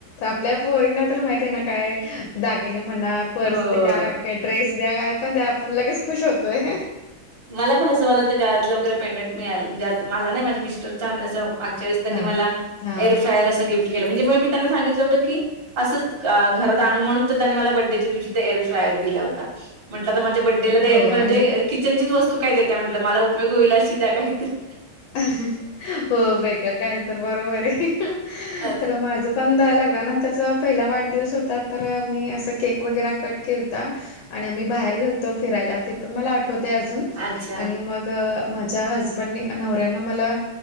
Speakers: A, on the left (about 85°); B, on the right (about 30°).
A: आपल्या पोरीना तर माहित आहे ना काय दागिने म्हणा पर्स
B: हो.
A: द्या का ड्रेस द्या काय पण द्या आपण लगेच खुश होतोय.
B: मला पण असं मला तर गायतलं वगैरे पेंडंट मिळाल म्हणजे आ मला नाही माझ्या मिस्टरच त्यास त्यांनी
A: हां.
B: मला
A: हां.
B: एर फ्रायर असं गिफ्ट केलं म्हणजे म मी त्यांना सांगितलं होतं क असंच घरात आणू म्हणून त्यांनी मला बड्डेच्या दिवशी एअर फ्रायर दिला होता म्हटलं तर माझ्या बड्डेला तर एर
A: हो
B: फ्राय
A: आणि
B: म्हे किचनचीच वस्तू काय देते म्हटलं मला उपयोग होईल अशी द्या काही तरी.
A: हो वेगळ काय तर बरोबर आहे
B: असं.
A: तर माझ पण द लागडनंतरचा पहिला वाढदिवस होता तर मी असं केक वगैरे कट केलता. आणि आम्ही बाहेर गेलतो फिरायला ते पण मला आठवते अजून.
B: अच्छा.
A: आणि मग माझ्या हजबंडने नवऱ्यान मला